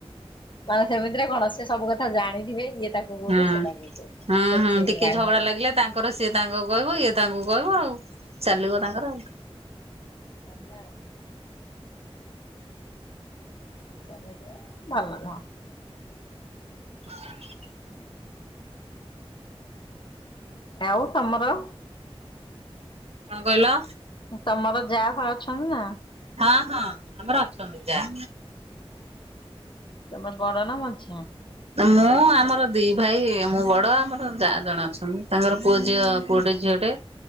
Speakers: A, on the left; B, on the right.
A: ମାନେ ସେମିତିରେ କଣ ସିଏ ସବୁ କଥା ଜାଣିଥିବେ ଇଏ ତାକୁ କହୁଥ
B: ହୁଁ।
A: ସେ ତାକୁ କହୁ
B: ହୁଁ
A: ବେଶି
B: ହୁଁ ଟିକେ
A: ରାଗ
B: ଝଗଡା
A: ଲାଗୁ
B: ଲାଗିଲେ ତାଙ୍କର ସିଏ ତାଙ୍କ କହିବ ଇଏ ତାଙ୍କୁ କହିବ ଆଉ ଚାଲିବ ତାଙ୍କର ଆଉ।
A: ହଁ ଚାିଲିଲା ଆଉ। ସେମିତିଆ ଭଲ ନୁହଁ।
B: <inaudible>
A: ୟାଉ ତମର?
B: କଣ କ କଇଲ।
A: ତମର ଯା ଫା ଅଛନ୍ତି ନା?
B: ହଁ ହଁ ଆମର ଅଛନ୍ତି ଯା।
A: ତୁମେ ବଡ଼ ନା ମଝିଆଁ?
B: ମୁଁ ଆମର ଦି ଭାଇ ମୁଁ ବଡ ଆମର ଯା ଜଣେ ଅଛନ୍ତି। ତାଙ୍କର ପୁଅ ଝିଅ ପୁଅଟେ ଝିଅଟେ।